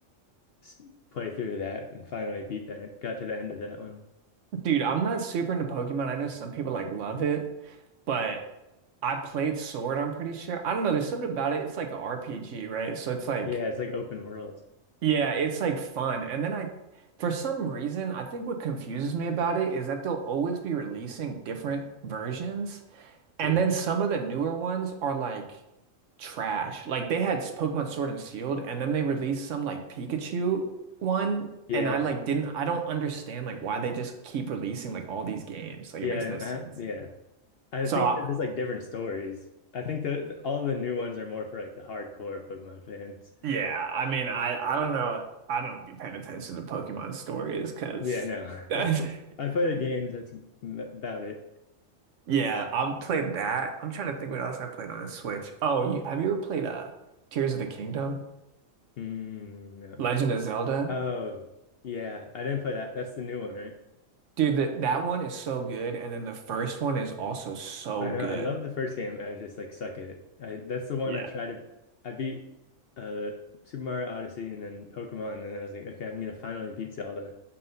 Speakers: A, on the left; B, on the right.
A: s- playthrough of that, and finally beat that. Got to the end of that one.
B: Dude, I'm not super into Pokemon. I know some people like love it, but I played Sword, I'm pretty sure. I don't know, there's something about it. It's like a RPG, right? So it's like,
A: Yeah, it's like open world.
B: yeah, it's like fun. And then I, for some reason, I think what confuses me about it is that they'll always be releasing different versions. And
A: Yeah.
B: then some of the newer ones are like trash. Like they had Pokemon Sword and Shield, and then they released some like Pikachu one,
A: Yeah,
B: and I like didn't I don't understand like why they just keep releasing like all these games. Like
A: yeah,
B: it makes no sense.
A: I, yeah. I
B: So
A: think
B: I,
A: they're just like different stories. I think the all the new ones are more for like the hardcore Pokemon fans.
B: yeah, I mean I I don't know. I don't be paying attention to Pokemon stories because
A: Yeah, no.
B: <laughs>
A: <laughs> I play the games, that's m- about it.
B: yeah, I've played that. I'm trying to think what else I played on the Switch. Oh, you, have you ever played uh Tears of the Kingdom?
A: Mm, no.
B: Legend of Zelda?
A: Oh, yeah. I didn't play that. That's the new one, right?
B: Dude, that that one is so good, and then the first one is also so
A: I know.
B: good.
A: I love the first game. I just like suck at it. I, that's the one
B: Yeah.
A: I tried to. I beat uh Super Mario Odyssey and then Pokemon, and then I was like, okay, I'm gonna finally beat Zelda.